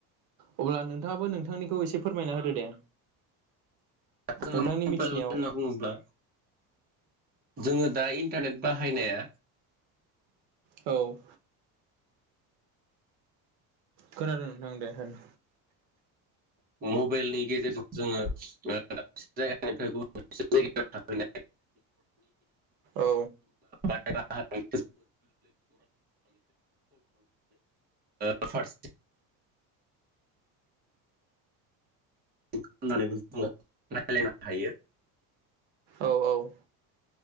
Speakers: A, on the right; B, on the right.
A: अब्ला नोंथाङाबो नोंथांनिखौ एसे फोरमायना होदो दे
B: जोङो
A: नोंथांनि
B: मबाइल
A: मिथिनायाव
B: होनना बुङोब्ला जोङो दा इन्टारनेट बाहायनाया
A: औ खोनादों नोंथां दे होन
B: मबाइलनि गेजेरजों जोङो दाब जायगानिफ्राय गुबुन जायगायाव
A: औ
B: थाहैनाय <unintelligible> <unintelligible> फारसे <unintelligible> <unintelligible> खालामनानैबो जोङो रायलायनो हायो।
A: औ औ।